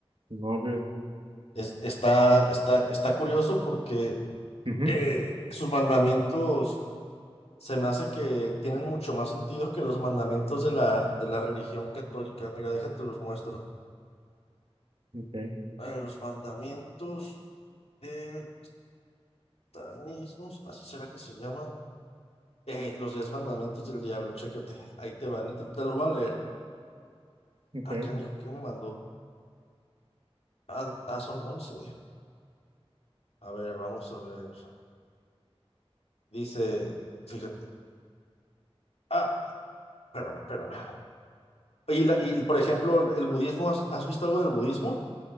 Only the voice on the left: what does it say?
Es- está, está, está curioso porque
eh, sus mandamientos se me hace que tienen mucho más sentido que los mandamientos de la, de la religión católica. Mira, déjate los muestro.
A ver, los mandamientos del Satanismos, ¿así será que se llama? Eh, los diez mandamientos del diablo, chécate, ahí te van, te, te lo voy a leer.
Ah, canijo, ¿qué me mandó? Ah, ah, son once. A ver, vamos a ver. Dice, fíjate, ah, espérame, espérame. Y, la, y por ejemplo, el budismo, ¿has, has visto algo del budismo?